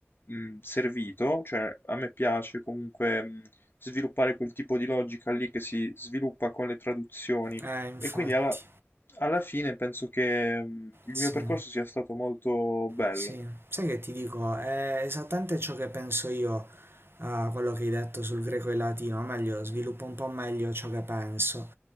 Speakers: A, on the left; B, on the right.
A: mh, servito, cioè a me piace comunque mh, sviluppare quel tipo di logica lì che si sviluppa con le traduzioni
B: eh, infatti,
A: e quindi alla, alla fine penso che mh, il
B: sì.
A: mio percorso sia stato molto bello.
B: Sì, sai che ti dico, è esattamente ciò che penso io a quello che hai detto sul greco e il latino, o meglio, sviluppo un po' meglio ciò che penso.